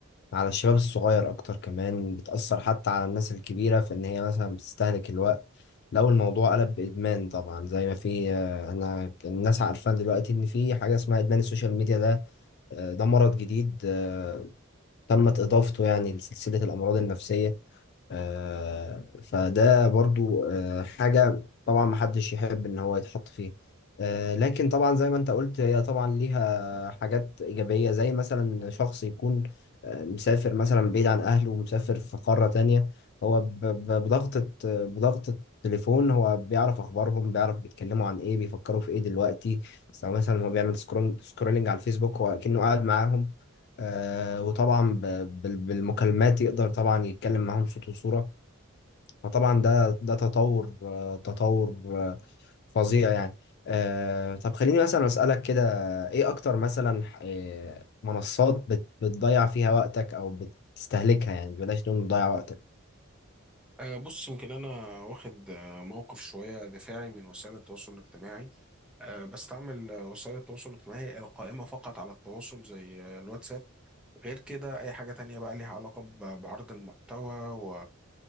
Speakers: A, on the left; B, in the centre.
A: على الشباب الصغير اكتر كمان بتأثر حتى على الناس الكبيرة في ان هي مثلا بتستهلك الوقت لو الموضوع قلب بإدمان طبعا زي ما في آه، انا الناس عارفة دلوقتي ان في حاجة اسمها إدمان السوشيال ميديا ده آه، ده مرض جديد آه، تمت إضافته يعني لسلسلة الأمراض النفسية آه، فده برضو آه، حاجة طبعا محدش يحب ان هو يتحط فيه آه، لكن طبعا زي ما انت قلت هي طبعا ليها حاجات ايجابية زي مثلا شخص يكون آه، مسافر مثلا بعيد عن اهله ومسافر في قارة تانية هو ب- ب- بضغطة بضغطة تليفون هو بيعرف اخبارهم بيعرف بيتكلموا عن ايه بيفكروا في ايه دلوقتي سواء مثلا هو بيعمل سكرولينج سكرولينج على الفيسبوك هو كأنه قاعد معاهم آه، وطبعا ب- بال- بالمكالمات يقدر طبعا يتكلم معاهم صوت وصورة فطبعا ده ده تطور آه، تطور آه، فظيع يعني آه، طب خليني مثلا أسألك كده ايه اكتر مثلا آه، منصات بت- بتضيع فيها وقتك او بتستهلكها يعني بلاش نقول بتضيع وقتك
B: أه بص يمكن أنا واخد آه، موقف شوية دفاعي من وسائل التواصل الاجتماعي أه بستعمل آه، وسائل التواصل الاجتماعي القائمة فقط على التواصل زي آه، الواتساب غير كده أي حاجة تانية بقى ليها علاقة ب- بعرض المحتوى و